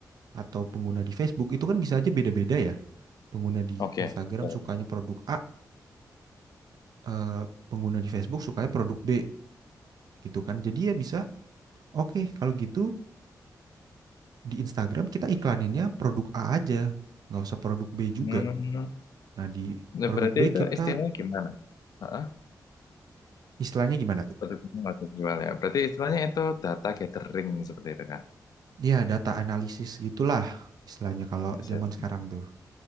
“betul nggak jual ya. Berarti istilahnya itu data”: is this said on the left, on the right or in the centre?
Left